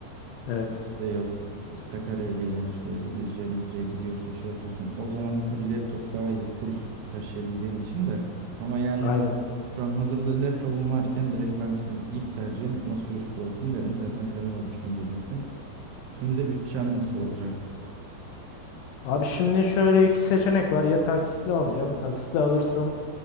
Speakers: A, on the left; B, on the right.
A: Evet.
B: İşte yok Sakarya'ya gelen işte ya da Düzce'ye Müzce'ye gidiyorsun şey yapıyorsun. O zaman tabii laptop daha iyi full taşıyabildiğin için de. Ama yani
A: Aynen.
B: şu an hazırda laptopum varken direkt ben senin ilk tercihin masaüstü olsun derim. Zaten sen de o düşüncedesin. Şimdi de bütçen nasıl olacak?
A: Abi şimdi şöyle iki seçenek var. Ya taksitle alacağım. Taksitle alırsam